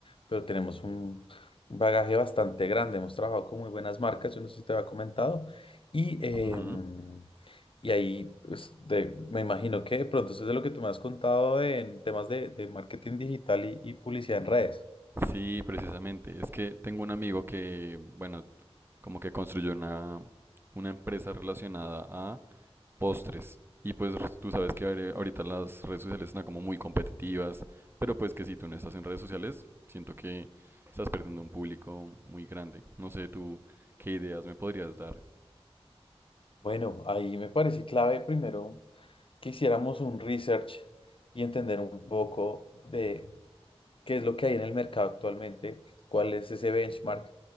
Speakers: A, on the left; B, on the right.
A: pero tenemos un, un bagaje bastante grande. Hemos trabajado con muy buenas marcas, yo no sé si te había comentado. Y, em,
B: Ujú.
A: y ahí, pues, de- me imagino que de pronto eso es de lo que tú me has contado en temas de, de marketing digital y y publicidad en redes.
B: Sí, precisamente. Es que tengo un amigo que, bueno, como que construyó una, una empresa relacionada postres. Y pues tú sabes que ahori- ahorita las redes sociales están como muy competitivas, pero pues que si tú no estás en redes sociales, siento que estás perdiendo un público muy grande. No sé tú qué ideas me podrías dar.
A: Bueno, ahí me parece clave primero que hiciéramos un research y entender un poco de qué es lo que hay en el mercado actualmente, cuál es ese benchmark